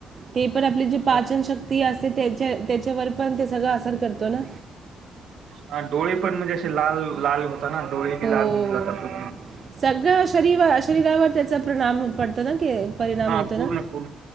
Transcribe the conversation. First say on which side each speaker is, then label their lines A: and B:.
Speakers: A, on the right (about 45°); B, on the right (about 65°).
A: ते पण आपली ज पाचन
B: हो ना.
A: शक्ती असते त्याच्या त्याच्यावर पण ते सगळं आसर करतो ना
B: हा डोळे पण म्हणजे असे लाल लाल होता ना डोळे बी
A: हो.
B: लाल होऊन जात खूप
A: सगळं शरी शरीरावर त्याचा परिणाम पडतो ना की परिणाम
B: हा
A: होतो
B: पूर्ण
A: ना
B: पूर्ण